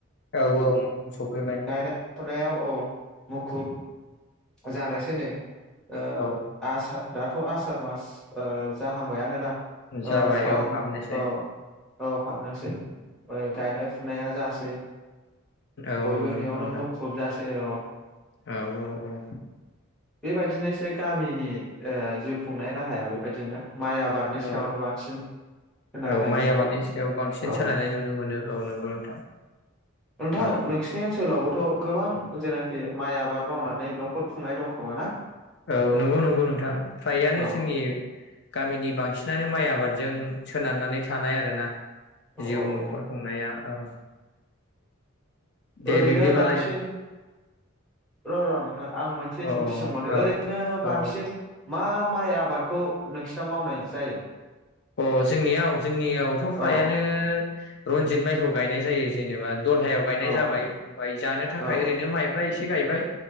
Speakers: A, on the left; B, in the centre.
A: औ औ नोंथां सफैबाय
B: गायनाय फुनायाव औ मुखुब जानोसै नै ओ
A: औ
B: आसा दाथ' आसा सार मास ओ जाहांबायानो ना
A: जाबाय
B: ओ सावोन
A: औ हाबनोसै
B: मा औ औ हाबनोसै माने गायनाय फुनाया जासै
A: औ
B: बयबो
A: औ नंगौ
B: बियावनो
A: नोंथां
B: मुखुब जा जायो औ
A: औ औ औ
B: बे बायदिनोसै गामिनि ओ‌ जिउ खुंनाय राहाया बेबायदिनो माइ आबादनि सायावनो
A: औ
B: बांसिन सोनारनाय
A: औ माइ
B: नुनो
A: आबादनि
B: मोनो
A: सायाव बांसिन
B: औ
A: सोलायनाय नुनो मोनो औ नंगौ नोंथां
B: नोंथां
A: औ
B: नोंसिनि ओनसोलावबोथ' गोबां जेनाखि माइ आबाद मावनानै न'खर खुंनाय दंखोमा ना
A: औ नंगौ नंगौ नोंथां फ्रायानो
B: औ
A: जोंनि गामिनि बांसिनानो माइ आ आबादजों सोनारनानै थानाय आरोना
B: औ
A: जिउ
B: औ
A: न'खर
B: औ
A: खुंनाया औ दे
B: ओरैनो
A: बिब्दिबालाय
B: बांसिन र र‌ न आं मोनसे
A: औ
B: सोंथि सोंबावो
A: औ
B: ओरैनो बांसिन
A: औ
B: मा माइ आबाद खौ नोंसिनााव मावनाय जायो
A: अ जोंनियाव जोंनियावथ' फ्रायानो
B: औ
A: रनजित माइखौ गायनाय जायो जेनेबा दलहायाव गायनाय
B: औ
A: जाबाय ओमफाय जानो थाखाय
B: औ
A: ओरैनो माइब्रा एसे एसे गायबाय